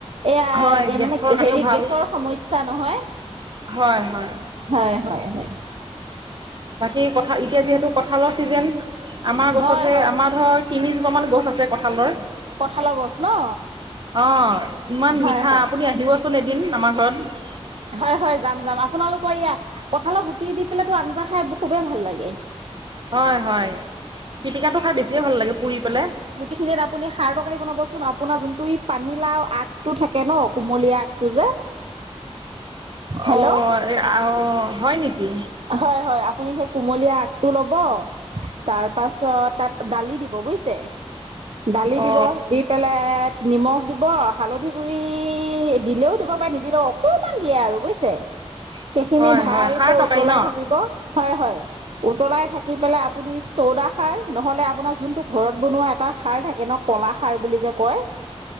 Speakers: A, on the right; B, on the right.
A: এয়া
B: হয় গেছৰ
A: মানে
B: কাৰণেও
A: হেৰি
B: ভাল
A: গেছৰ সমস্যা নহয়।
B: হয় হয়।
A: হয় হয় হয়।
B: বাকী কথা এতিয়া যিহেতু। কঁঠালৰ ছিজন আমাৰ গছতে
A: হয় হয়
B: আমাৰ ধৰক তিনিজোপামান গছ আছে কঁঠালৰ।
A: কঁঠালৰ গছ ন।
B: অ ইমান
A: হয়
B: মিঠা
A: হয়
B: আপুনি আহিবচোন এদিন আমাৰ ঘৰত।
A: হয় হয় যাম যাম আপোনালোকৰ ইয়াত কঁঠালত গুটি দি পেলায়তো আঞ্জা খাই খুবেই ভাল লাগে।
B: হয় হয় পিটিকাটো খাই বেছিয়ে ভাল লাগে পুৰি পেলাই।
A: খিনিত আপুনি সাৰ তৰকাৰি বনাবচোন আপোনাৰ যোনটো পানীলাও আগটো থাকে ন কুমলীয়া আগটো যে। হেল্ল'
B: অ আহ হয় নেকি।
A: হয় হয় আপুনি সেই কুমলীয়া আগটো ল'ব তাৰপাছত তাত। দালি দিব বুজিছে দালি
B: অ
A: দিব দি পেলাই। নিমখ দিব হালধি গুৰি দিলেও দিব পাৰে নিদিলেও অকমান দিয়ে আৰু বুজিছে।
B: <inaudible>
A: সেইখিনি ভালকৈ
B: হয় খাৰ তৰকাৰী
A: উ
B: ন
A: হয় হয় উতলাই থাকি পেলায় আপুনি ছোডা সাৰ আপোনাৰ জোনটো। ঘৰত বনোৱা এটা সাৰ থাকে ন কলা সাৰ বুলি যে কয়।